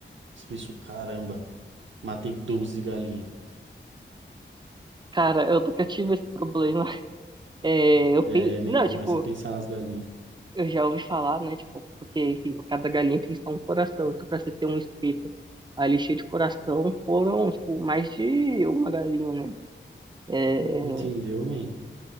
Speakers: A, on the right; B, on the right.
A: Você pensou, caramba, matei 12 galinhas.
B: Cara, eu nunca tive esse problema. É, eu
A: É,
B: pe...
A: man,
B: Não,
A: começa
B: tipo,
A: a pensar nas galinhas.
B: eu já ouvi falar, né? Tipo, porque, enfim, cada galinha tem só um coração. Então, pra você ter um espeto ali cheio de coração, foram, tipo, mais de uma galinha, né? É,
A: Entendeu, man?